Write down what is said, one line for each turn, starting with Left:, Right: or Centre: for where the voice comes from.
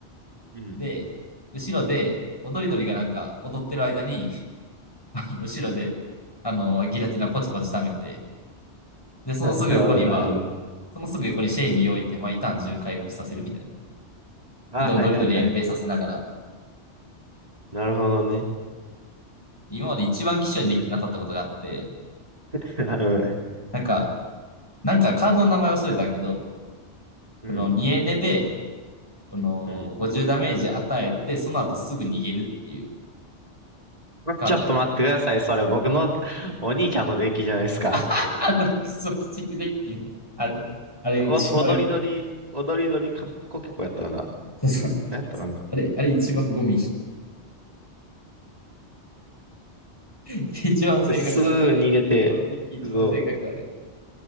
Right: うん。
Left: で、後ろで、踊り鳥がなんか踊ってる間に、<laughs> あの後ろで、あの、ギラティナポチポチ溜めて、で、そのすぐ横には、
Right: あ、なるほど、なるほど。
Left: そのすぐ横にシェイミー置いて、毎ターン中回復させるみたいな。
Right: あ、
Left: そんで踊り鳥延命させながら、
Right: はいはいはい。なるほどね。
Left: 今まで一番希少いデッキに当たったことがあって、
Right: うん。<laughs> うん。
Left: なんか、なんかカードの名前忘れたんやけど、
Right: うん。
Left: この2エネで、この50ダメージ与えて、
Right: うん
Left: その後すぐ逃げるっていうカードが、
Right: ちょっと待ってください。それ僕のお兄ちゃんのデッキじゃないですか。
Left: <laughs> あの、クソ鬼畜デッキね。あれ、あれ一番、
Right: お踊り鳥、踊り鳥りカップコケコやったかな。
Left: <laughs> そうそう、
Right: 何やったかな。
Left: あれ、あれ一番ゴミ。<laughs> 一番性格悪い。
Right: すぐ逃げて、
Left: あのデッキ一番性格悪い。
Right: そ